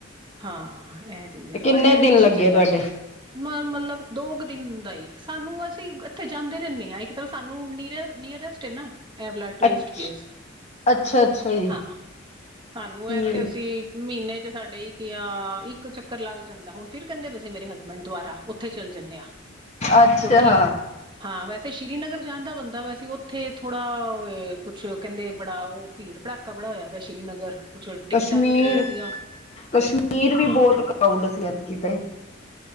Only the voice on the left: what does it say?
ਕਿੰਨੇ
ਦਿਨ
ਲੱਗੇ
ਤੁਹਾਡੇ
ਅੱਛ
ਅੱਛਾ ਅੱਛਾ ਜੀ।
ਹੂੰ
ਅੱਛਾ।
ਕਸ਼ਮੀਰ
ਕਸ਼ਮੀਰ ਵੀ ਬੋਤ ਕਰਾਊਡ ਸੀ ਐਤਕੀ ਤੇ।